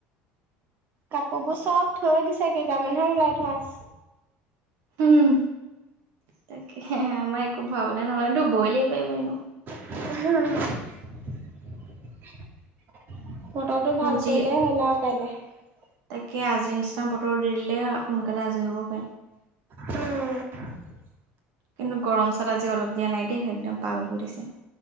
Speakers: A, on the right; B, on the right.
A: কাপোৰবোৰ চব। থৈ দিছা কেই তাৰ মানেহে ওলাই থোৱাচ।
B: উম, তাকে আমাৰ একো ভাব নে নহলে ডব বই লাগিব ইনো
A: হম <inaudible> বতৰটো ভাল কৰিলেই হলা
B: যি
A: আৰু কাইলে।
B: তাকে আজিৰ নিচিনা বতৰ দি দিলে সোনকালে আজৰি হ'ব পাৰিম।
A: উম,
B: কিন্তু গৰম চাল আজি অলপ দিয়া নাই দেই একদম পাগল কৰি দিছে।